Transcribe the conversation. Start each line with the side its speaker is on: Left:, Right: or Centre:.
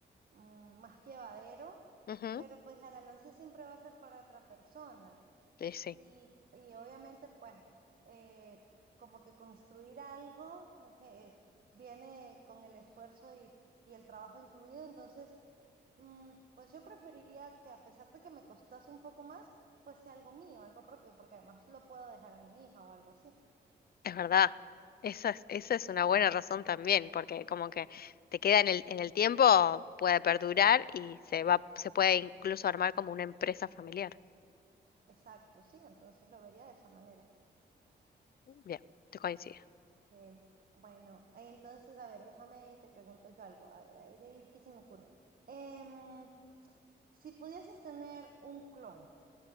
Right: mm, más llevadero,
Left: Ujú,
Right: pero pues la ganancia siempre va a ser para otra persona.
Left: Sí, sí,
Right: Y, y obviamente, pues, eh, como que construir algo eh, viene con el esfuerzo y, y el trabajo incluido. Entonces, mm, pues yo preferiría que a pesar de que me costase un poco más, fuese algo mío, algo propio, porque además lo puedo dejar a mi hija o algo así.
Left: es verdad. Esa es, esa es una buena razón también, porque como que te queda en el, en el tiempo, puede perdurar y se va, se puede incluso armar como una empresa familiar.
Right: Exacto, sí, entonces lo vería de esa manera.
Left: Bien, te coincido.
Right: Que, bueno, entonces, a ver, déjame, te pregunto yo algo. A ver, a ver, a ver, ¿qué se me ocurre? Em, si pudieses tener un clon,